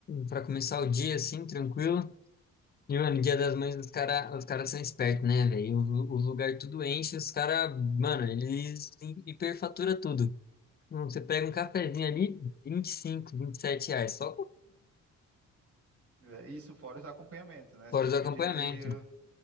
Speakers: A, on the left; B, on the right.
A: pra começar o dia, assim, tranquilo. E, mano, Dia das Mães, os cara, os caras são espertos, né, velho? O, o lugar tudo enche, os caras, mano, eles hi- hiperfatura tudo. Você pega um cafezinho ali, 25, sete reais, só
B: É, Isso fora os acompanhamentos, né? Se
A: fora
B: for
A: do
B: pedir
A: acompanhamento.
B: ali